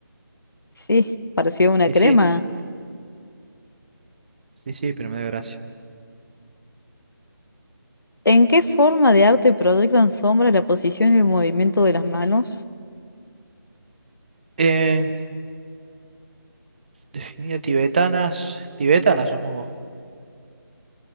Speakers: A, on the left; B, on the right.
A: Sí, parecía una
B: Y
A: crema.
B: sí, y sí, pero me da gracia.
A: ¿En qué forma de arte proyectan sombras la posición y el movimiento de las manos?
B: Eh, definida tibetanas. Tibetanas, supongo.